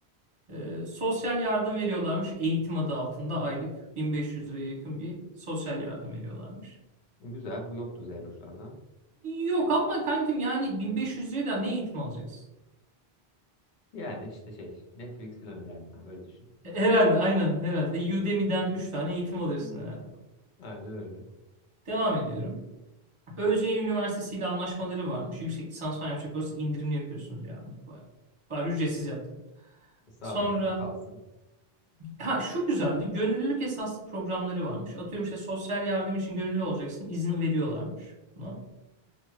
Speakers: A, on the right; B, on the left.
A: Ee, sosyal yardım veriyorlarmış. Eğitim adı altında aylık 1500 liraya yakın bir sosyal yardım veriyorlarmış.
B: Güzel. Bu yoktu Zeyroşlarda.
A: Yok ama kankim yani 1500 liraya da ne eğitim alacaksın?
B: Yani işte şey Netflix falan ödersin abi. Böyle düşün.
A: E, Herhalde aynen herhalde. Udemy'den 3 tane eğitim alırsın
B: Hmm.
A: herhalde.
B: Aynen öyle.
A: Devam ediyorum. Özyeğin Üniversitesi ile anlaşmaları varmış. Yüksek lisans falan yapacak olursa indirimli yapıyorsunuz ya. Baya bari ücretsiz yaptım.
B: Sağ
A: Sonra
B: olun abi kalsın.
A: ha şu güzeldi. Gönüllülük esaslı programları varmış. Atıyorum işte sosyal yardım için gönüllü olacaksın. izin veriyorlarmış buna.